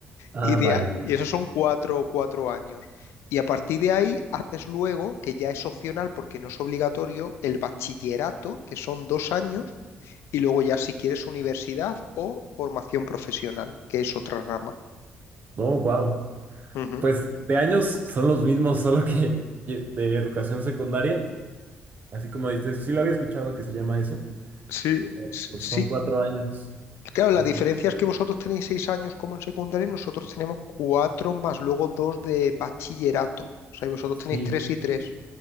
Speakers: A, on the right; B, on the left.
A: Ah,
B: Y, de
A: vale.
B: a- y esos son cuatro, cuatro años. Y a partir de ahí haces luego, que ya es opcional porque no es obligatorio, el bachillerato, que son dos años, y luego ya si quieres universidad o formación profesional, que es otra rama.
A: No, wow.
B: Ujú.
A: Pues de años son los mismos, solo que <laughs> ye- de educación secundaria, así como dices, sí lo había escuchado que se llama eso,
B: Sí,
A: pero
B: s-
A: pues
B: sí.
A: son cuatro años.
B: Claro,
A: Entonces,
B: la diferencia es que vosotros tenéis seis años como en secundaria y nosotros tenemos cuatro más luego dos de bachillerato. O sea, y vosotros tenéis
A: sí,
B: tres y tres.